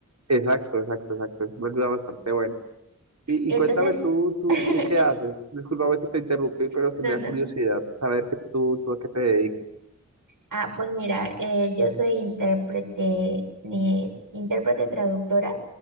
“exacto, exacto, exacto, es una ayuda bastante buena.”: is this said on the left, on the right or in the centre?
Right